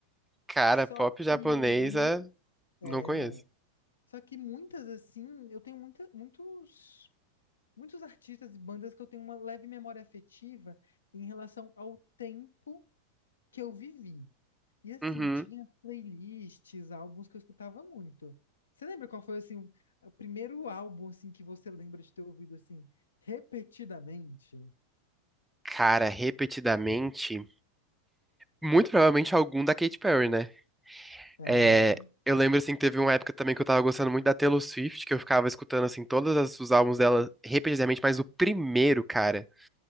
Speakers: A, in the centre; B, on the left.
A: Cara,
B: Só
A: pop
B: que,
A: japonesa,
B: muito, é,
A: não conheço.
B: só que muitas, assim, eu tenho muita, muitos, muitos artistas e bandas que eu tenho uma leve memória afetiva em relação ao tempo que eu vivi. E assim,
A: Uhum.
B: tinha playlists, álbuns que eu escutava muito. Você lembra qual foi assim o o primeiro álbum assim que você lembra de ter ouvido assim repetidamente?
A: Cara, repetidamente, muito provavelmente algum da Katy Perry, né?
B: Aham.
A: É, eu lembro, assim, que teve uma época também que eu tava gostando muito da Taylor Swift, que eu ficava escutando, assim, todos as- os álbuns dela repetidamente, mas o primeiro, cara.